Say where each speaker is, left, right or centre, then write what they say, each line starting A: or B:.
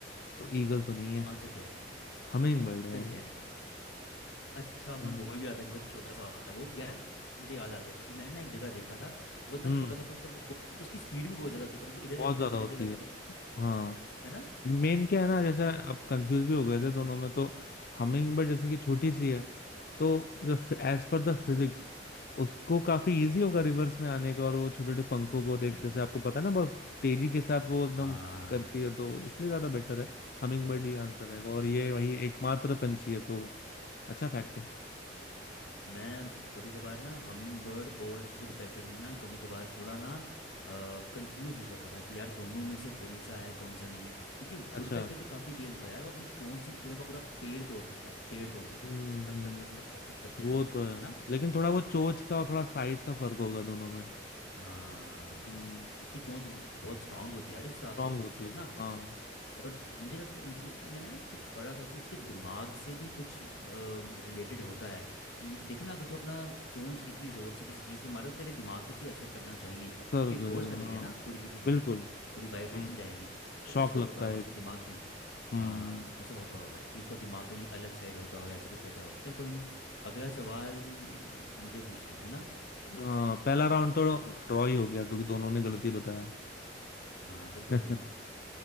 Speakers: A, on the left; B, on the left.
A: तो ईगल तो नहीं है
B: आंसर क्या है
A: हमिंग बर्ड है
B: फिर
A: यार
B: क्या है अच्छा मैं
A: हम्म
B: बोल भी रहा था कि वो छोटा सा होता है वो यार मुझे याद आ गया क्योंकि मैंने ना एक जगह देखा था वो इतना
A: हम्म
B: छोटा सा था तो वो, और उसकी स्पीड भी बहुत ज़्यादा होती है कभी वो इधर
A: बहुत
B: चले गया
A: ज्यादा
B: इधर
A: होती
B: चला गया
A: है
B: इधर इधर
A: हाँ
B: चला गया है ना
A: मेन क्या है ना जैसे अब कंफ्यूज भी हो गए थे दोनों में तो हमिंग बर्ड जैसे कि छोटी सी है तो एज पर द फिजिक्स उसको काफी इजी होगा रिवर्स में आने का और वो छोटे छोटे पंखों को देखते
B: हम्म
A: से आपको पता है ना बहुत तेजी के साथ वो एकदम
B: हाँ
A: करती है तो इसलिए ज्यादा बेटर है हमिंग
B: हम्म
A: बर्ड ही आंसर रहेगा और ये वही एकमात्र पंछी है तो अच्छा फैक्ट है
B: मैं कभी कभार ना हमिंग बर्ड और वुड पैकर में ना कभी कभार थोड़ा ना कंफ्यूज हो जाता था कि यार दोनों में से कौन सा है कौन सा नहीं है क्योंकि
A: अच्छा
B: वुड पैकर भी काफ़ी तेज़ होता है यार वो अपनी चोंच से पूरा का पूरा पेड़ तोड़ देता है पेड़ तोड़ देता
A: हम्म
B: है
A: हम्म,
B: टक टक टक टक टक टक करते
A: वो
B: करते
A: तो है
B: है
A: लेकिन थोड़ा वो चोंच का और
B: ना
A: थोड़ा साइज का फर्क होगा दोनों में
B: हाँ
A: हम्म
B: उसकी चोंच भी बहुत स्ट्रांग होती है यार इस हिसाब
A: स्ट्रांग
B: से तो
A: होती
B: कुछ सोचना
A: है हाँ
B: और मुझे लगता मुझे उसके मैंने ना कुछ पढ़ा था कि उसके दिमाग से भी कुछ रिलेटेड होता है कि देखना अगर तू अपना चोंच कितनी ज़ोर से किसी चीज़ पे मारे तो तेरे दिमाग पे भी असर करना चाहिए क्योंकि
A: असर करेगा
B: फोर्स लग रही
A: हाँ
B: है ना पूरी की पूरी
A: बिल्कुल
B: पूरी वाइब्रेशन
A: हम्म
B: जाएगी तो कुछ
A: शौक
B: तो
A: लगता
B: होता होगा
A: है
B: उसका
A: एक
B: दिमाग भी
A: हम्म
B: हाँ ऐसा होता होगा कि उसका दिमाग कहीं अलग साइड होता होगा ऐसे कुछ होता होगा चल कोई नहीं अगला सवाल मुझे पूछना है ना
A: हाँ पहला राउंड तो ड्रॉ ही हो गया क्योंकि दोनों ने गलती बताया
B: हाँ चल
A: <laughs>
B: कोई नहीं